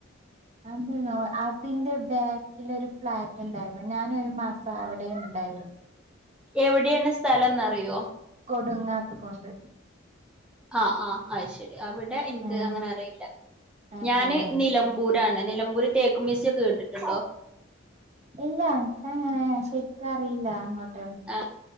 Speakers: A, on the right (about 35°); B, in the centre.
A: അതെന്തനോ അതിന്റെ ബാക്കിൽ ഒരു ഫ്ലാറ്റ് ഉണ്ടായിരുന്നു ഞാനൊരു മാസം അവിടെ <unintelligible> എതായിരും
B: എവിടെയാണ് സ്ഥലം എന്നറിയോ
A: ടുങ്ങാത്ത കൊണ്ട്
B: ആ ആഹ അ ശരി അവിടെ എനിക്ക്
A: ആഹ്
B: അങ്ങനെ അറിയില്ല
A: ആഹ്
B: ഞാന്
A: ആഹ്
B: നിലമ്പൂരാണ് നിലമ്പൂരി തേക്ക മിസി ഒക്കെ കേട്ടിട്ടുണ്ടോ
A: ഇല്ല എനക്ക് അങ്ങനെ ശരിക്കറിയില്ല അങ്ങോട്ട്
B: ആ